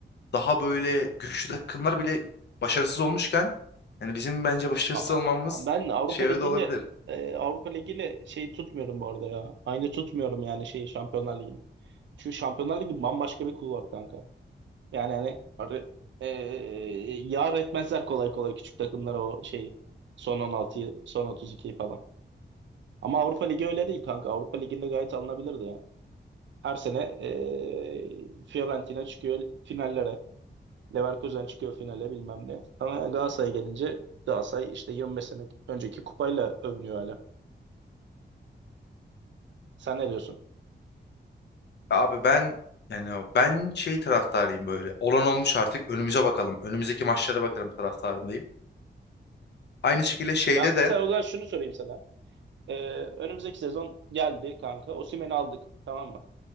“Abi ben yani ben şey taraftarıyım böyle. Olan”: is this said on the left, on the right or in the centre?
Left